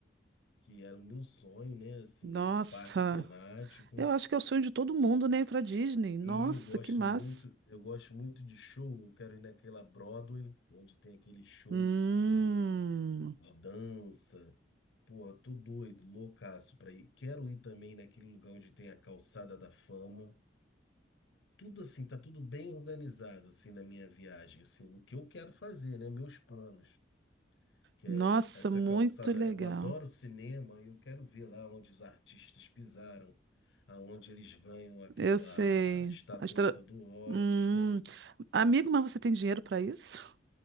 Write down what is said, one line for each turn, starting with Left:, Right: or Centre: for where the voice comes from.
Left: que era o meu sonho, né? Assim,
Right: nossa.
Left: um parque temático.
Right: Eu acho que é o sonho de todo mundo, né? Ir pra Disney. Nossa,
Left: E eu gosto
Right: que massa.
Left: muito, eu gosto muito de show. Eu quero ir naquela Broadway, onde tem aqueles shows
Right: Hum.
Left: assim de dança. Porra, tô doido, loucaço pra ir. Quero ir também naquele lugar onde tem a Calçada da Fama. tudo assim, tá tudo bem organizado assim na minha viagem, assim, o que eu quero fazer, né, meus planos, que
Right: Nossa,
Left: é essa
Right: muito
Left: calçada,
Right: legal.
Left: eu adoro cinema, e eu quero ver lá onde os artistas pisaram, aonde eles ganham aquela
Right: Eu sei.
Left: estatueta
Right: Astra-
Left: do Oscar.
Right: Hum, Amigo, mas você tem dinheiro para isso?